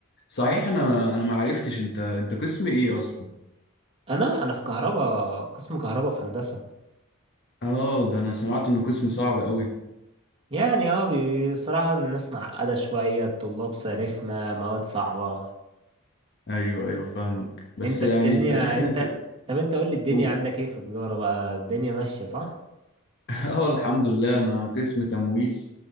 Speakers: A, on the left; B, on the right.
A: صحيح انا انا ما عرفتش انت انت قسم ايه اصلا
B: انا انا في كهربا قسم كهربا في هندسه
A: اه ده انا سمعت انه قسم صعب أوي
B: يعني اه بي- بصراحه الناس معقده شويه الطلاب س- رخمه مواد صعبه
A: ايوه ايوه فاهمك بس
B: انت
A: يعني
B: الدنيا
A: في الاخر
B: انت
A: انت
B: طب انت قول لي الدنيا
A: قول
B: عندك ايه في تجاره بقى الدنيا ماشيه صح
A: <laughs> اه الحمد لله انا قسم تمويل